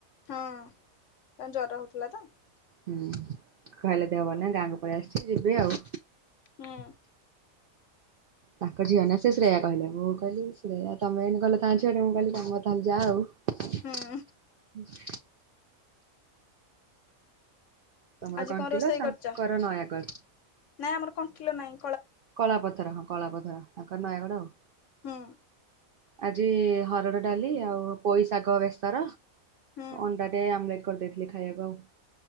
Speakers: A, on the left; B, on the right.
A: ହଁ କଣ ଜର ହଉଥିଲା ପା
B: ହୁଁ କହିଲେ ଦେହ ଭଲ ନାଇ ଗାଁକୁ ପଳେଇ ଆସିଛି ଯିବି ଆଉ।
A: ହଁ।
B: ତାଙ୍କ ଝିଅ ନା ସେ ଶ୍ରେୟା କହିଲେ ମୁଁ କହିଲି ଶ୍ରେୟା ତମେ ଏଇନେ କହିଲ ତା ଝିଅଟେ ମୁଁ କହିଲି ତମେ ତାହେ ଯାଆ ଆଉ। ହ
A: ହୁଁ
B: ତମର
A: ଆଜି
B: କଣ୍ଟିଲ
A: କଣ ରୋଷେଇ
B: ତାଙ୍କର
A: କରିଛ
B: ନୟାଗଡ଼।
A: ନାଇଁ ଆମର କଣ୍ଟିଲୋ ନାଇଁ।
B: କଳାପଥର ହଁ କଳାପଥର ତାଙ୍କର ନୟାଗଡ ଆଉ।
A: ହୁଁ
B: ଆଜି ହରଡ଼ ଡାଲି ଆଉ ପୋଇ ଶାଗ ବେସର
A: ହୁଁ
B: ଅଣ୍ଡା ଟେ ଆମ୍ୱ କରିଦେଇ ଥିଲି ଖାଇବାକୁ ଆଉ